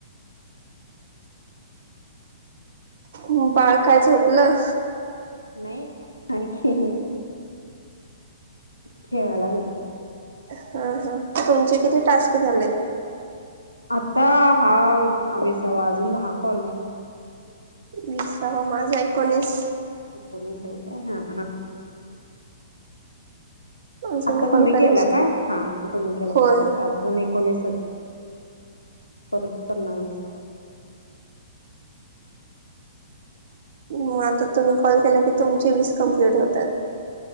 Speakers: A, on the right; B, on the left.
A: मग बाळ काय झोपलं?
B: नाही, आणखी. खेळाय लागल्या.
A: हा, हा तुमचे किती टास्क झालेत?
B: आता हा विसावा अजून दहा कॉल.
A: वीसवा माझा एकोणीस.
B: एकोणीस काय? हा, हा.
A: अजून
B: आता
A: कॉल
B: तुम्ही
A: करायचे
B: केला काय? हा आता तुम्ही केला
A: होय.
B: बरोबर आहे, अजून अजून एकोणीस, परत करना वीस.
A: मग आता तुम्ही कॉल केला की तुमचे वीस कमप्लीट होतात.